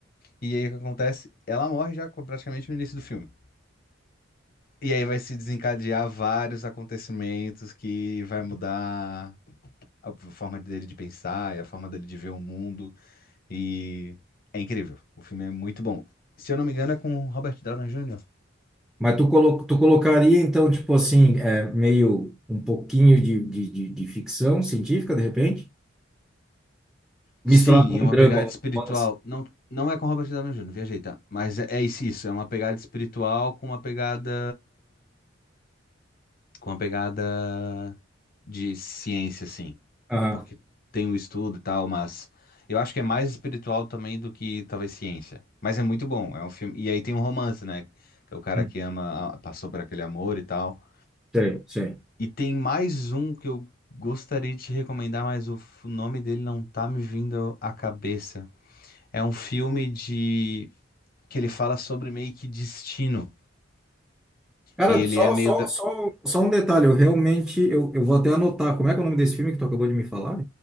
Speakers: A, on the left (about 50°); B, in the centre.
A: E aí o que acontece? Ela morre já co- praticamente no início do filme. E aí vai se desencadear vários acontecimentos que vai mudar a forma dele de pensar e a forma dele de ver o mundo. E é incrível. O filme é muito bom. Se eu não me engano, é com o Robert Downey Jr.
B: Mas tu, colo, tu colocaria, então, tipo assim, é, meio um pouquinho de, de, de, de ficção científica, de repente, misturado
A: Sim,
B: com
A: e uma
B: um drama,
A: pegada
B: um
A: espiritual.
B: romance.
A: Não, não é com Robert Downey Jr., viajei, tá? Mas é, é isso, isso, é uma pegada espiritual com uma pegada. Com uma pegada de ciência, assim.
B: Aham,
A: Porque tem o estudo e tal, mas eu acho que é mais espiritual também do que talvez ciência. Mas é muito bom, é um filme. E aí tem um romance, né? Que é o cara
B: hum,
A: que ama, a- passou por aquele amor e tal.
B: sei, sei.
A: E tem mais um que eu gostaria de te recomendar, mas o f- nome dele não tá me vindo à cabeça. É um filme de que ele fala sobre meio que destino
B: Cara,
A: e ele
B: só,
A: é meio
B: só,
A: dra-
B: só, só um detalhe, eu realmente, eu, eu vou até anotar, como é que é o nome desse filme que tu acabou de me falar?